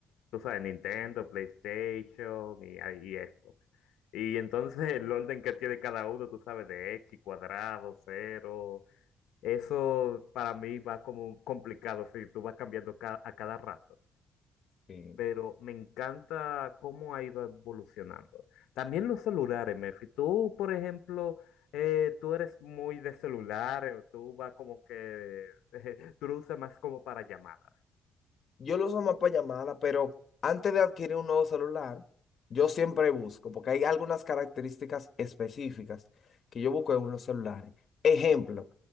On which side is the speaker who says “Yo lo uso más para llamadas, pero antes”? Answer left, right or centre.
Left